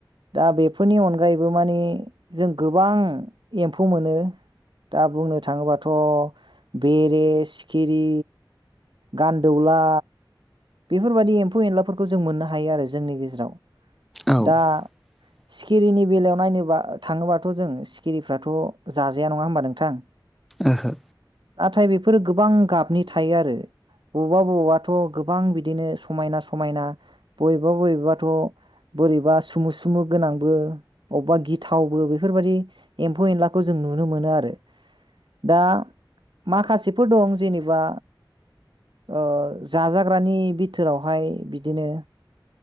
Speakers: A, on the right; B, in the centre.
A: दा बेफोरनि अनगायैबो माने जों गोबां एम्फौ मोनो। दा बुंनो थाङोबाथ' बेरे, सिखिरि, गान्दौला बेफोरबादि एम्फौ एनलाफोरखौ जों मोननो हायो आरो जोंनि गेजेराव
B: औ
A: दा
B: <inaudible>
A: सिखिरिनि बेलायाव नायनोबा थाङोबाथ' जों सिखिरिफ्राथ' जाजाया नङा होमबा नोंथां?
B: ओहो
A: नाथाय बेफोरो गोबां गाबनि थायो आरो बबा बबाथ' गो बां बिदिनो समायना समायना बबेबा बबेबाथ' बोरैबा सुमु सुमु गोनांबो बबेबा गिथावबो बेफोरबादि एम्फौ एनलाखौ जों नुनो मोनो आरो। दा माखासेफोर दं जेनेबा अ जाजाग्रानि बिथोरावहाय बिदिनो।